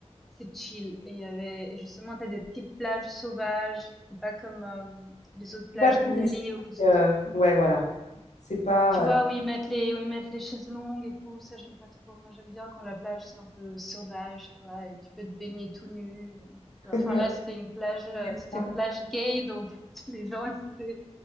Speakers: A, in the centre; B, on the left.
A: c'est chill. Et il y avait, et justement, t'as des petites plages sauvages. C'est pas comme euh, les autres
B: C'est
A: plages
B: pas touristique.
A: d'Italie où, ils-
B: euh, ouais, voilà. C'est pas.
A: tu vois, où ils mettent les, où ils mettent les chaises longues et tout. Ça, j'aime pas trop. Moi, j'aime bien quand la plage, c'est un peu sauvage, tu vois, et tu peux te baigner tout nu. ou- tu vois.
B: euh,
A: Enfin, là, c'était une plage, euh,
B: <laughs>
A: c'était une plage gay, donc <laughs> les gens, étaient-